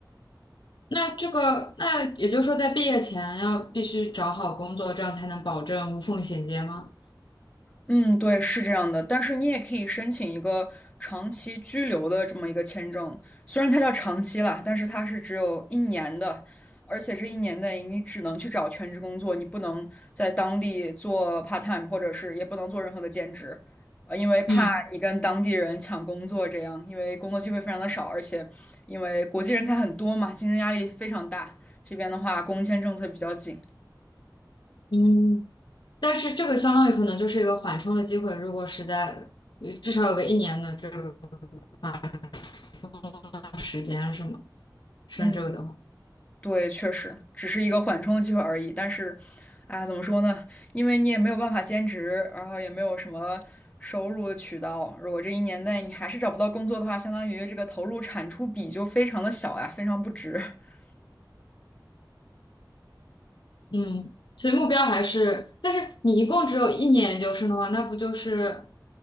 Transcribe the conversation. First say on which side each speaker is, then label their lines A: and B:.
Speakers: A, on the left (about 80°); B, on the left (about 15°).
A: 那这个那也就是说，在毕业前要必须找好工作，这样才能保证无缝衔接吗？
B: 嗯，对，是这样的，但是你也可以申请一个长期居留的这么一个签证，虽然它叫长期啦，但是它是只有一年的，而且这一年内你只能去找全职工作，你不能在当地做 part time，或者是也不能做任何的兼职，呃，因为怕你跟当地人抢工作这样，
A: 嗯
B: 因为工作机会非常的少，而且因为国际人才很多嘛，竞争压力非常大，这边的话工签政策比较紧。
A: 嗯。但是这个相当于可能就是一个缓冲的机会，如果实在至少有个一年的这个缓冲时间是吗？升这个的话，
B: 嗯。对，确实只是一个缓冲机会而已。但是，哎呀，怎么说呢？因为你也没有办法兼职，然后也没有什么收入的渠道。如果这一年内你还是找不到工作的话，相当于这个投入产出比就非常的小呀，非常不值。<laughs>
A: 嗯，所以目标还是，但是你一共只有一年研究生的话，那不就是